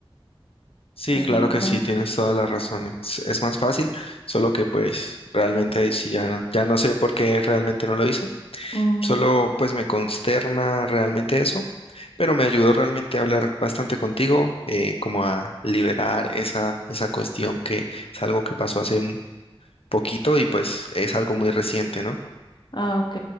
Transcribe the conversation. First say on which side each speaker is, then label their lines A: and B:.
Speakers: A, on the left; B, on the left.
A: Sí,
B: pero
A: claro
B: no
A: que
B: sé.
A: sí, tienes todas las razones. Es más fácil, solo que pues realmente ahí sí ya, no- ya no sé por qué realmente no lo hizo.
B: Mm,
A: Solo pues me consterna realmente eso, pero me ayudó realmente a hablar bastante contigo, eh, como a liberar esa, esa cuestión que es algo que pasó hace un poquito y pues es algo muy reciente, ¿no?
B: ah, ok.